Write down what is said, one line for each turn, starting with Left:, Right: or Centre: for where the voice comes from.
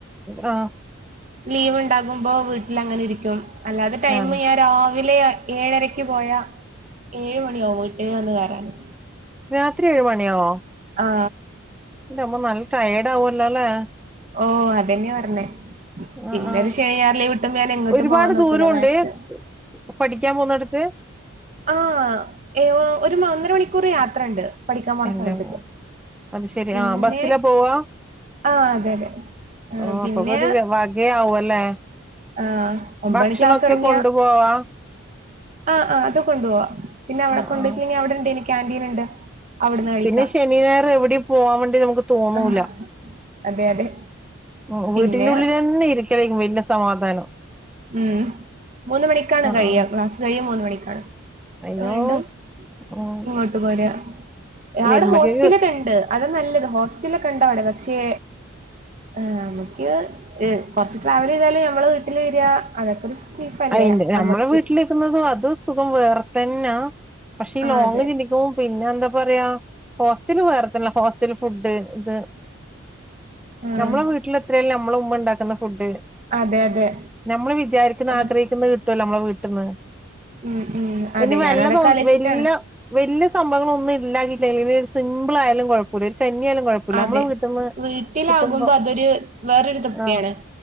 Centre: ആ
Right: ലീവ് ഇണ്ടാകുമ്പോ വീട്ടില് അങ്ങനെ ഇരിക്കും അല്ലാതെ ടൈമ്
Centre: ആ
Right: ഞാൻ രാവിലെ ഏഴരക്ക് പോയാ ഏയ്‌ മണിയാവും വീട്ട്ല് വന്ന് കേറാന്
Centre: രാത്രി ഏഴ് മണി ആവോ
Right: ആ
Centre: ഇന്റ മ്മോ നൽ ടയേഡ് ആവോല്ലോ ലെ
Right: ഓഹ് അതന്നെ പറഞ്ഞേ പിന്നെരു
Centre: ആ ആ
Right: ശനിഞായറ് ലീവ്ട്ടുമ്പ ഞാൻ എങ്ങട്ടും
Centre: ഒരുപാട്
Right: പോവാൻ നോക്കൂല
Centre: ദൂരമുണ്ട്
Right: മാക്സി
Centre: പഠിക്കാൻ പോന്നടുത്ത്
Right: ആഹ് ഏഹ് ഒരു ഒന്നര മണിക്കൂർ യാത്രണ്ട് പഠിക്കാൻ പോണ
Centre: എന്റമ്മോ
Right: സ്ഥലത്ത്ക്ക്
Centre: അത് ശെരി
Right: പിന്നെ
Centre: ആ ബസ്സിലാ പോവാ
Right: ആഹ് അതെ അതെ
Centre: ഓഹ്
Right: പിന്നെ
Centre: അപ്പൊക്കൊരു വകേ ആവുല്ലേ
Right: ആഹ് ഒമ്പത്
Centre: ഭക്ഷണൊക്കെ
Right: മണി ക്ലാസ് തുടങ്ങിയ
Centre: കൊണ്ടു പോവാ
Right: ആഹ് ആഹ് അത് കൊണ്ട് പോവാ പിന്നെവിടെ
Centre: ആ
Right: കൊണ്ട്
Centre: ആ
Right: പോയി അവിടെണ്ട് കാന്റീൻ ഉണ്ട് അവിടുന്ന് കഴിക്കാം
Centre: പിന്നെ ശനി ഞായറ് എവിടെ പോവാൻ വേണ്ടി നമുക്ക് തോന്നൂല
Right: ആഹ് അതെ അതെ
Centre: ഉം
Right: പിന്നെ
Centre: വീട്ടിന്റെ ഉള്ളിലെന്നെ ഇരിക്കല വലിയ സമാധാനം
Right: ഉം മൂന്ന് മണിക്കാണ്
Centre: ആ
Right: കഴിയ
Centre: ആ
Right: ക്ലാസ് കഴിയ മൂന്ന് മണിക്കാണ്
Centre: അയ്യോ
Right: വീണ്ടും
Centre: ഉം
Right: ഇങ്ങോട്ട് പോരാ
Centre: വരുമ്പക്കേക്ക്
Right: അവിടെ ഹോസ്റ്റലൊക്കെണ്ട് അതാ നല്ലത് ഹോ സ്റ്റലൊക്കെണ്ടവിടെ പക്ഷേ ആഹ് നമുക്ക് കുറച്ച് ട്രാവൽ ചെയ്താലും ഞമ്മള് വീട്ടില് വരിക അതൊക്കെരു സേഫല്ലേ
Centre: അയിന്റെ
Right: നമുക്ക്
Centre: നമ്മളെ വീട്ടിലിരിക്കുന്നതും അത് സുഖം വേറെ തന്നാ പക്ഷെ ഈ
Right: ആഹ്
Centre: ലോങ്ങ്
Right: അതെ
Centre: ചിന്തിക്കുമ്പം പിന്നെ എന്താ പറയാ ഹോസ്റ്റല് വേറത്തന്നെ ഹോസ്റ്റൽ ഫുഡ് ഇത്
Right: ആഹ്
Centre: നമ്മളെ വീട്ടില് എത്രയാലും നമ്മളെ ഉമ്മ ഉണ്ടാക്കുന്ന ഫുഡ്
Right: അതെ അതെ
Centre: നമ്മള് വിചാരിക്കുന്ന
Right: നമ
Centre: ആ കിട്ടുവല്ലോ നമ്മളെ വീട്ടിൽന്ന്
Right: ഉം ഉം അതെ
Centre: ഇനി വല്ലോ
Right: ഞാൻ അതൊക്കെ ആലോചിച്ചിട്ടാണ്
Centre: വല്ല വലിയ സംഭവങ്ങളൊന്നും ഇല്ലാക്കിട്ടില്ല ഇനി ഒരു സിമ്പിൾ ആയാലും കുഴ പ്പല്ല കഞ്ഞിയാലും കുഴപ്പല്ല
Right: അതെ
Centre: നമ്മളെ വീട്ട്ന്ന്
Right: വീട്ടിലാകുമ്പോ
Centre: കിട്ടുമ്പോ
Right: അതൊരു വേറൊരു തൃപ്തിയാണ്.
Centre: ആഹ്